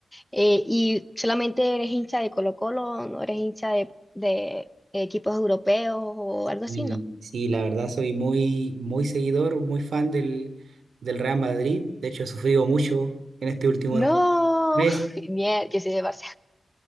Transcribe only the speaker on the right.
Y
sí, la verdad soy muy, muy seguidor, muy fan del, del Real Madrid. De hecho, he sufrido mucho en este último
mes,